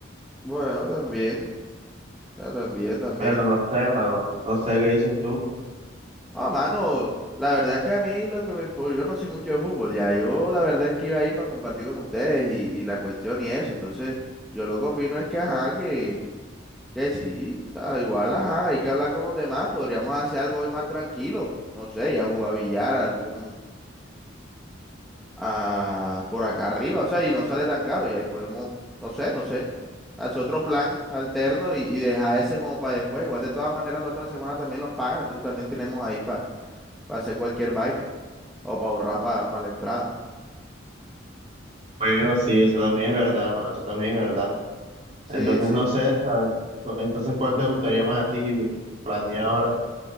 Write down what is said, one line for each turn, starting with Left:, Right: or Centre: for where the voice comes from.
Centre: Bueno, también. Ah, también, también.
Right: Pero no sé, hermano, no sé qué dices tú.
Centre: Ah, mano, la verdad es que a mí lo que me... impo- yo no soy mucho de fútbol, ya. Yo la verdad es que iba ahí para compartir con ustedes y, y la cuestión y eso. Entonces, yo lo que opino es que, ajá, que... Que sí, o sea, igual, ajá, hay que hablar con los demás, podríamos hacer algo hoy más tranquilo, no sé, ya jugar billar algún, ah por acá arriba, o sea, y no sale tan caro, y ahí podemos, no sé, no sé, hacer otro plan alterno y, y dejar ese como para después, igual de todas maneras la otra semana también los pagan, entonces también tenemos ahí para hacer cualquier vaina, o para ahorrar para la entrada.
Right: Bueno, sí, eso también es verdad, hermano, eso también es verdad.
Centre: Sí,
Right: Entonces
Centre: sí.
Right: no sé, ¿sabes? Entonces, ¿cuál te gustaría más a ti planear ahora?